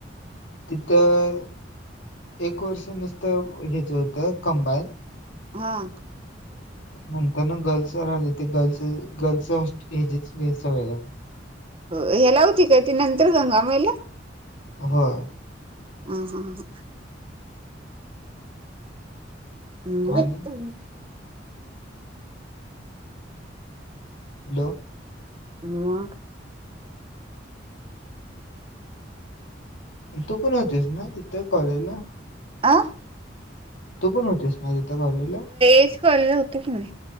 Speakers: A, on the left; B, on the right.
A: तिथं एक वर्ष नुसतं हेच होतं कंबाईन,
B: हा.
A: नंतर न गर्ल्स राहिले ते गर्ल्स गर्ल्स हो हेजिस व सवय लागली.
B: हो हेला होती काय ती नंतर गंगा मएला?
A: होय.
B: ह् हम हम हम्
A: आणि
B: <inaudible>
A: हॅलो
B: मग?
A: <unintelligible> तू पण होतीस ना तिथं कॉलेजला?
B: आं
A: तू पण होतीस ना तिथं कॉलेजला?
B: एज कॉलेजला होतो की मी.